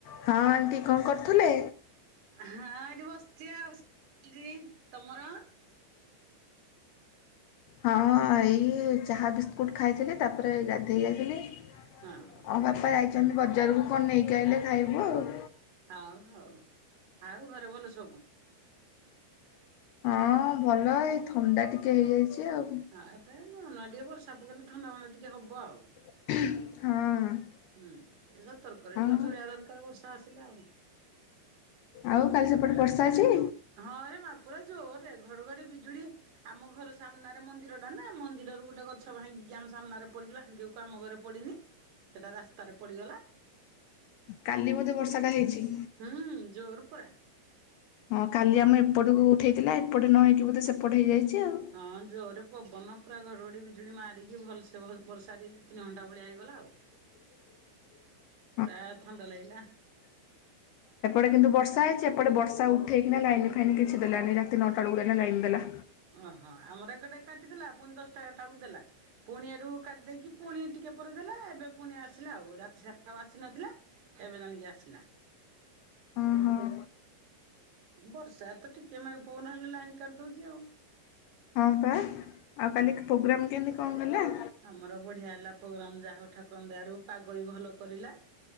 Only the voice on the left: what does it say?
ହଁ, ଆଣ୍ଟି କଣ କରୁଥିଲେ?
ହଁ ଏଇ ଚାହା ବିସ୍କୁଟ ଖାଇଥିଲି। ତାପରେ ଗାଧେଇ ଯାଇଥିଲି।
ହଁ ବାପା ଯାଇଛନ୍ତି ବଜାରକୁ କଣ ନେଇକି ଆଇଲେ ଖାଇବୁ ଆଉ।
ହଁ ଭଲ ଏଇ ଥଣ୍ଡା ଟିକେ ହେଇଯାଇଛି ଆଉ।
ହଁ।
ହଁ
ଆଉ କାଲି ସେପଟେ ବର୍ଷା ଅଛି?
କାଲି ବୋଧେ ବର୍ଷା ଟା ହେଇଛି?
ହଁ କାଲି ଆମେ ଏପଟକୁ ଉଠାଇଥିଲା, ଏପଟେ ନ ହେଇକି ବୋଧେ ସେପଟେ ହୋଇଯାଇଛି ଆଉ?
<unintelligible>
<unintelligible> ସେପଟେ କିନ୍ତୁ ବର୍ଷା ହେଇଛି ଏପଟେ ବର୍ଷା
ଉଠେଇକି ନା ଲାଇନ ଫାଇନ୍ କିଛି ଦେଲାନି ରାତି ନଅଟା ବେଳକୁ ଦେଲା ଲାଇନ ଦେଲା।
ଓହୋ
ହଁ ପା, ଆଉ
କାଲି ପ୍ରୋଗ୍ରାମ୍ କେମିତି କଣ ଦେଲା?